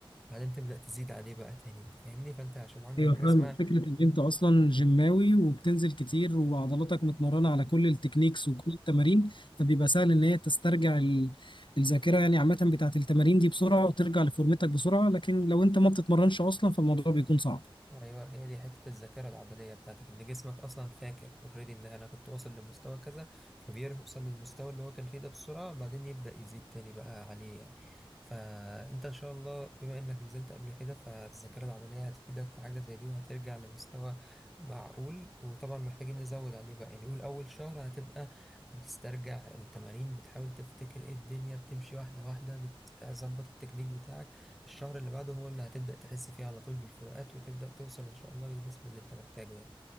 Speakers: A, in the centre; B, on the left.
A: بعدين تبدأ تزيد عليه بقى تاني انت فاهمني فانت عشان عندك
B: ايوه
A: حاجة
B: فاهمك
A: اسمها
B: فكره ان انت اصلا جيماوي وبتنزل كتير وعضلاتك متمرنه على كل التكنيكس وكل التمارين فبيبقى سهل ان هي تسترجع ال- الذاكره يعني عامه بتاعه التمارين دي بسرعه وترجع لفورمتك بسرعه لكن لو انت ما بتتمرنش اصلا فالموضوع بيكون صعب
A: ايوه هي دي حته الذاكره العضليه بتاعتك ان جسمك اصلا فاكر اوريدي ان انا كنت واصل لمستوى كذا فبيوصل للمستوى اللي هو كان فيه ده بسرعه بعدين يبدا يزيد تاني بقى عليه يعني فانت ان شاء الله بما انك نزلت قبل كده فالذاكره العضليه هتفيدك في حاجه زي دي وهترجع لمستوى معقول وطبعا محتاجين نزود عليه بقى يعني قول اول شهر هتبقى بتسترجع التمارين بتحاول تفتكر ايه الدنيا بتمشي واحده واحده بتظبط التكنيك بتاعك الشهر اللي بعده هو اللي هتبدأ تحس فيه على طول بالفروقات وتبدأ توصل إن شاء الله للجسم اللي أنت محتاجه يعني